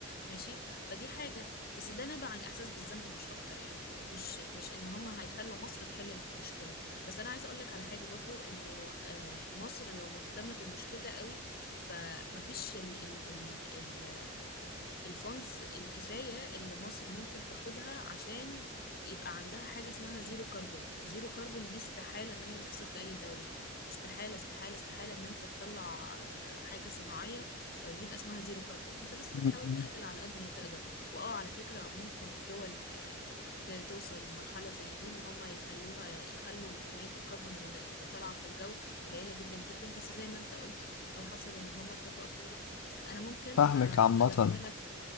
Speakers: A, on the left; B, on the left.
A: ماشي فدي حاجه بس ده نابع عن احساس بالذنب مش اكتر يعني مش مش ان هم هيخلوا مصر تحل المشكله بس انا عايزه اقول لك على حاجه برضو انه آه، مصر لو مهتمه بالمشكله قوي فمفيش ال ال ال الفونز الكفاية اللي مصر ممكن تاخدها عشان يبقى عندها حاجة اسمها زيرو كربون زيرو كربون دي استحالة ان هي تحصل في اي دولة استحالة استحالة استحالة ان انت تطلع آه، حاجة صناعية آه، يبقى اسمها زيرو كربون انت بس بتحاول
B: مم.
A: تقلل على قد ما تقدر واه على فكرة ممكن الدول ت- توصل لمرحلة زي دي ان هم يخلوها يخلوا كمية الكربون اللي اللي طالعة في الجو قليلة جدا جدا بس زي ما انت قلت لو حصل ان هم اتفقوا كله انا ممكن
B: فاهمك
A: آه،
B: عامة
A: ادخلك